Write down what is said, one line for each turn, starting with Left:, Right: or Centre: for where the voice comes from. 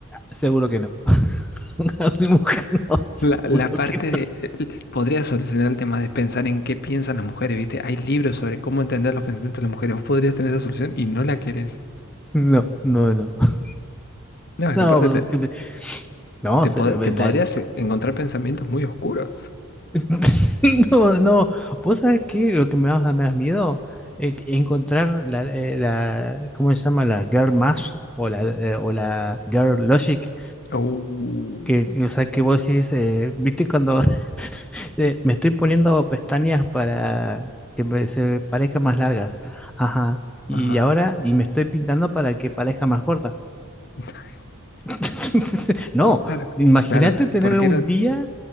Centre: Seguro que no. <laughs> A mi mujer no, seguro
Left: La, la parte
Centre: que
Left: de... el- Podría solucionar el tema de pensar en qué piensan las mujeres, ¿viste? Hay libros sobre cómo entender los pensamientos de las mujeres. Vos podrías tener esa solución y no la querés.
Centre: no. No, no, no.
Left: No, es
Centre: No,
Left: que aparte te,
Centre: porque me- no,
Left: Te,
Centre: se
Left: pod-
Centre: le- ve
Left: te podrías
Centre: la-
Left: eh, encontrar pensamientos muy oscuros.
Centre: <laughs> no, no. ¿Vos sabés qué? Lo que me vas a me das miedo eh, encontrar la, eh, la- ¿cómo se llama? La Girl Math o la, eh, o la Girl Logic.
Left: Uh,
Centre: Que, que, o sea, que vos decís, eh, ¿viste cuando Eh, me estoy poniendo pestañas para que me- se parezcan más largas. Ajá. Y
Left: ajá.
Centre: ahora, y me estoy pintando para que parezca más corta.
Left: <laughs>
Centre: <laughs> No,
Left: Claro,
Centre: imagínate
Left: claro,
Centre: tener
Left: porque
Centre: un
Left: era...
Centre: día